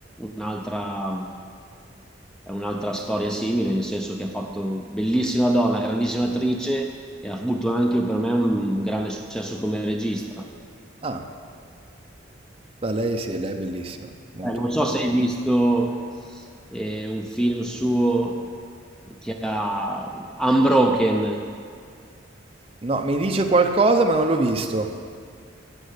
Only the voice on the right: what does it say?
ah, beh, lei sì, lei è bellissima, molto
bella.
No, mi dice qualcosa, ma non l'ho visto.